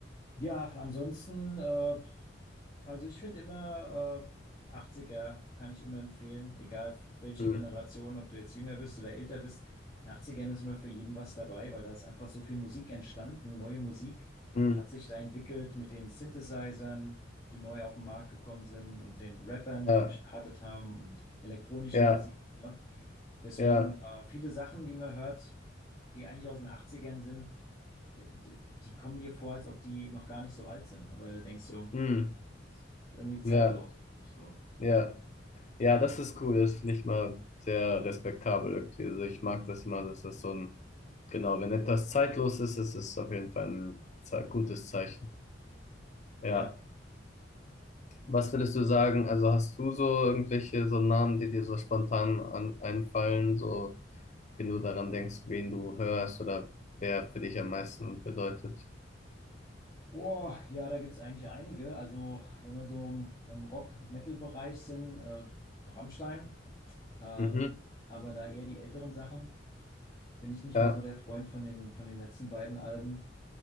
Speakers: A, on the left (about 25°); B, on the left (about 40°).
A: Ja, ansonsten äh, Also ich finde immer, äh, 80er kann ich immer empfehlen, egal f- welche
B: Hm.
A: Generation, ob du jetzt jünger bist oder älter bist. In 80ern ist immer für jeden was dabei, weil da ist einfach so viel Musik entstanden, neue Musik
B: Hm.
A: hat sich da entwickelt mit den Synthesizern, die neu auf den Markt gekommen sind und den Rappern,
B: Ja.
A: die gestartet haben und elektronische
B: Ja.
A: Musik. Ne? Deswegen
B: Ja.
A: äh, viele Sachen, die man hört, die eigentlich aus den 80ern sind, d- d- die kommen dir vor, als ob die noch gar nicht so alt sind, ne? weil du denkst so,
B: Hm.
A: ist Irgendwie zeitlos,
B: Ja.
A: finde ich so.
B: Ja. Ja, das ist cool. Das finde ich mal sehr respektabel irgendwie. Also ich mag das mal, dass das so ein, genau, wenn etwas zeitlos ist, ist es auf jeden Fall ein ze gutes Zeichen. Ja.
A: Ja.
B: Was würdest du sagen? Also hast du so irgendwelche so Namen, die dir so spontan an, einfallen, so wenn du daran denkst, wen du hörst oder wer für dich am meisten bedeutet?
A: Boah, ja, da gibt's eigentlich einige. Also, wenn wir so im, im Rock-Metal-Bereich sind, äh, Rammstein, ähm,
B: Mhm.
A: aber da eher die älteren Sachen, bin ich nicht
B: Ja.
A: mehr so der Freund von den, von den letzten beiden Alben.